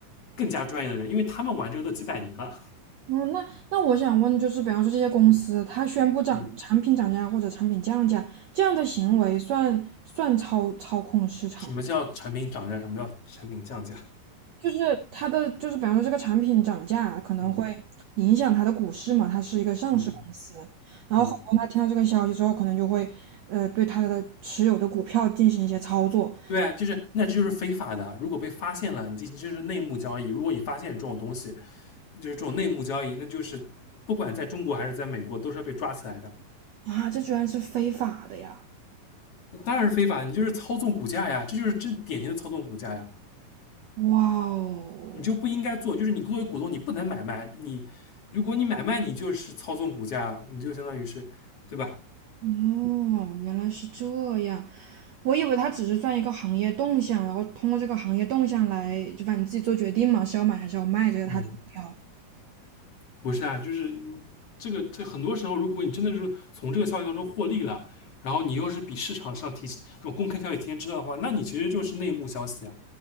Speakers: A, on the left (about 45°); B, on the right (about 75°).
A: 更加专业的人，因为他们玩这个都几百年了，
B: 嗯，那那我想问，就是比方说这些公司，它宣布涨产品涨价或者产品降价，
A: 嗯，
B: 这样的行为算算操操控市场吗
A: <laughs> 什么叫产品涨价，什么叫产品降价，
B: 就是它的，就是比方说这个产品涨价可能会影响它的股市嘛，
A: 嗯
B: 它是一个上市公司，
A: 嗯嗯
B: 然后很多人他听到这个消息之后，
A: 嗯，嗯
B: 可能就会呃对他的持有的股票进行一些操作
A: 对啊，就是那这就是非法的。如果被发现了，你进行就是内幕交易。如果你发现这种东西，就是这种内幕交易，那就是不管在中国还是在美国，都是要被抓起来的。
B: 啊，这居然是非法的呀！
A: 当然是非法，你就是操纵股价呀，这就是真典型的操纵股价呀。
B: 哇哦，
A: 你就不应该做，就是你作为股东，你不能买卖。你如果你买卖，你就是操纵股价，你就相当于是，对吧？
B: 哦，原来是这样。我以为它只是算一个行业动向，然后通过这个行业动向来，就反正自己做决定嘛，是要买还是要卖这个它的股票。
A: 嗯，不是啊，就是嗯这个这很多时候，如果你真的是从这个消息当中获利了，然后你又是比市场上提这种公开消息提前知道的话，那你其实就是内幕消息啊，